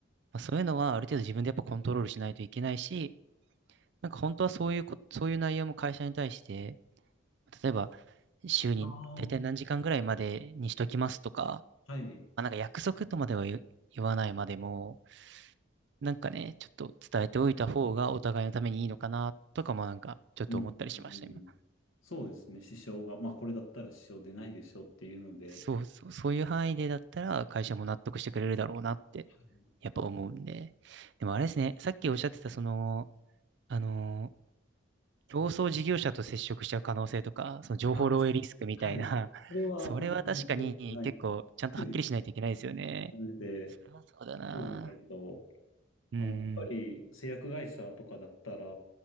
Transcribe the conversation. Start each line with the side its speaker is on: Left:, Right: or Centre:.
Right: まあ、そういうのはある程度自分でやっぱコントロールしないといけないし、なんか本当はそういうこ、そういう内容も会社に対して、例えば週に大体何時間ぐらいまでにしときますとか、
Left: ああ、はい。うん
Right: まあ、なんか約束とまでは言言わないまでも、なんかね、ちょっと伝えておいた方がお互いのためにいいのかなとかもなんかちょっと思ったりしました、
Left: うんうんうん
Right: 今。
Left: そうですね、支障が、まあ、これだったら支障出ないでしょっていうので、
Right: そうそう、そういう範囲でだったら会社も納得してくれるだろうなって、
Left: はいでき
Right: やっぱ思うんで。でもあれですね、さっきおっしゃってたその、あの競争事業者と接触しちゃう可能性とか、その情報漏洩リスクみたいな、
Left: ますあ、はい。
Right: <laughs>
Left: それは本当に良くないと。
Right: それは確かに結構ちゃんとはっきりしないといけないですよね。
Left: <laughs> なので、
Right: それはそうだな。
Left: そうじゃないと、
Right: うん。
Left: あの、やっぱり製薬会社とかだったら、